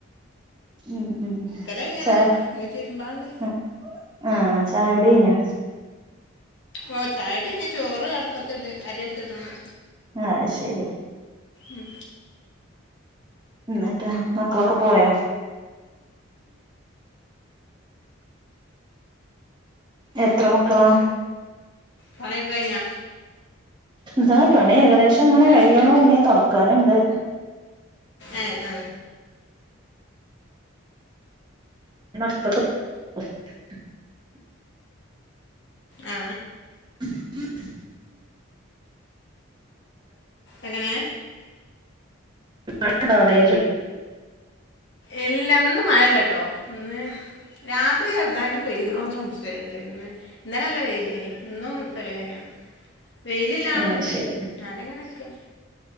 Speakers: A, on the right; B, on the left.
A: ഉം ഉം
B: കഴിഞ്ഞാണ്
A: ചായ
B: ഇനി തിരുമ്പാണ്ട്
A: ഉം ആ ചായ കുടി കയിഞ്ഞാ?
B: ഓ ചായുടി കയിഞ്ഞ് ചോറ് അട് അട്പ്പത്തിണ്ട് അരിടുത്തിടണം
A: ആഹ് അത് ശരി
B: ഉം
A: എന്നിട്ട് മക്കളൊക്കെ പോയ എത്ര മക്കളാ
B: പണിയക്കെ കയിഞ്ഞോ
A: ന്താ പണി ഏകദേശങ്ങനെ
B: രണ്ട്
A: കഴിയണു
B: രണ്ട്
A: ഇഞ്ഞി തൊടക്കാനുണ്ട്.
B: ഏ ങ്ഹ്
A: <unintelligible>
B: ആ
A: <unintelligible>
B: എങ്ങനെ
A: മഴണ്ടോ അവിടെ ചോയി
B: ഇല്ല ന്ന് മഴല്ലാട്ടോ. ഇന്ന് രാത്രി ചെറുതായിട്ട് പെയ്തണോന്ന് സംശയ ണ്ട് ഇന്ന് ഇന്നലെല്ല വെയിലെനി ഇന്നും തെളിവെന്നെയാണ് വെയിലില്ലാണും
A: ആഹ് ശരി
B: ഇന്നാൽ അങ്ങനെ നിക